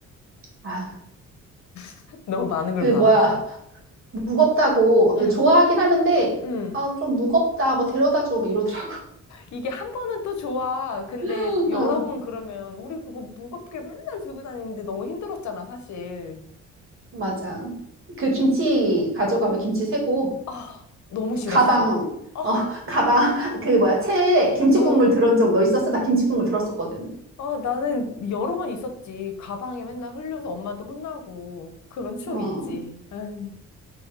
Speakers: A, on the right (about 45°); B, on the left (about 65°).
A: 아,
B: <laughs> 너무 많은 걸
A: 그
B: 바라나?
A: 뭐야. 무겁다고.
B: 응,
A: 좋아하긴 하는데,
B: 응.
A: 아, 좀 무겁다. 뭐 데려다 줘. 뭐 이러더라고.
B: 이게 한 번은 또 좋아. 근데
A: <laughs>
B: 여러
A: 아,
B: 번 그러면 우리 그거 무겁게 맨날 들고 다니는데 너무 힘들었잖아, 사실.
A: 맞아. 그 김치 가져가면 김치 세고.
B: 아, 너무 싫었어.
A: 가방,
B: 아,
A: 어, <laughs> 가방, 그 뭐야, 체에 김치국물
B: 어.
A: 들은 적 너 있었어? 나 김치국물 들었었거든.
B: 아, 나는 여러 번 있었지. 가방에 맨날 흘려서 엄마한테 혼나고. 그런 추억
A: 음.
B: 있지. 아유,